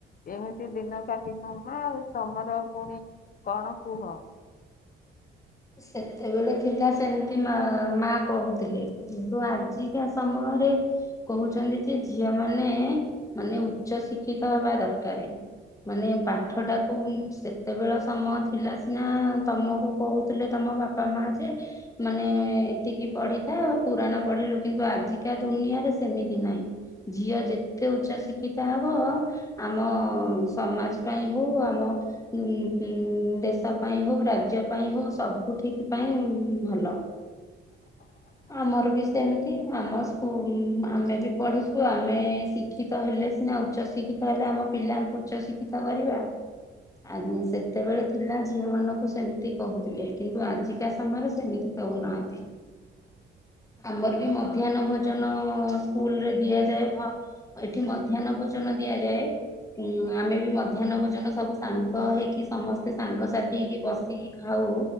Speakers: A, on the left; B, on the left.
A: ଏମିତି ଦିନ କାଟି ଦବା ଆଉ ତମର ପୁଣି କଣ କୁହ?
B: ସେତେବେଳେ ଥିଲା ସେମିତି ମା କହୁଥିଲେ କିନ୍ତୁ ଆଜିକା ସମୟରେ। କହୁଛନ୍ତି ଯେ ଝିଅ ମାନେ ମାନେ ଉଚ୍ଚ ଶିକ୍ଷିତା ହବା ଦରକାର। ମାନେ ପାଠ ଟାକୁ ସେତେବେଳ ସମୟ ଥିଲା ସିନା ତମକୁ କହୁ ହେଲେ ତମ ବାପା ମା ଯେ ମାନେ ଏତିକି ପଢ଼ିଥା ପୁରୁଣା ପଢ଼ିଲୁ କିନ୍ତୁ ଆଜିକା ଦୁନିଆରେ ସେମିତି ନାହିଁ। ଝିଅ ଯେତେ ଉଚ୍ଚା ଶିକ୍ଷିତା ହବ ଆମ ସମାଜ ପାଇଁ ହଉ ଆମ ଉଁ ଉଁ ଦେଶ ପାଇଁ ହଉ ରାଜ୍ୟ ପାଇଁ ହଉ ସୁଠିକ ପାଇଁ ଭଲ।
A: ହ <unintelligible>
B: ଆମର ବି ସେମିତି ଆମ ସ୍କୁଲ ଆମେ ବି ପଢିଛୁ ଆମେ ସି ଶିକ୍ଷିତ ହେଲେ ସିନା ଉଚ୍ଚ ଶିକ୍ଷିତ ହେଲେ ସିନା ଆମ ପିଲାଙ୍କୁ ଉଚ୍ଚଶିକ୍ଷିତା କରିବା। ଆଗୁ ସେତେବେଳେ ଥିଲା ଝିଅ ମାନଙ୍କୁ ସେମିତି କହୁ ଥିଲେ କିନ୍ତୁ ଆଜିକା ସମୟରେ ସେମିତି କହୁନାହାନ୍ତି। ଆମର ବି ମଧ୍ୟାନ ଭୋଜନ ସ୍କୁଲରେ ଦିଆଯାଏ ଭ ଏଠି ମଧ୍ୟାନ ଭୋଜନ ଦିଆଯାଏ। ଉଁ ଆମେ ବି ମଧ୍ୟାନ ଭୋଜନ ସବୁ ସାଙ୍ଗ ହେଇକି ସମସ୍ତେ ସାଙ୍ଗସାଥି ହେଇକି ବସିକି ଖାଉ।